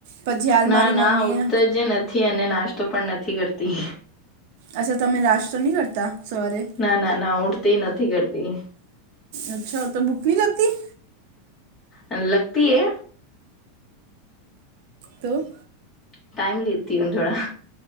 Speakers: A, on the right (about 55°); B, on the left (about 20°).
A: પછી હાલ
B: ના
A: મારી
B: ના
A: મમ્મીએ
B: ઉડતો જ નથી અને નાસ્તો પણ નથી, કરતી.
A: અચ્છા તમે લશ તો નહી કરતા સવારે?
B: ના ના ના ઉડતી નથી, કરતી.
A: અચ્છા તો બુક ન લગતી
B: અને લગતી એ
A: તો.
B: ટાઈમ લેતી થોડા